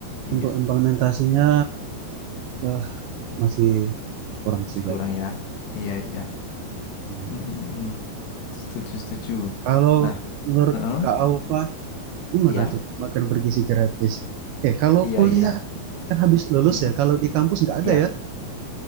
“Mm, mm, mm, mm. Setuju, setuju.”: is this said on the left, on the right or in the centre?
Left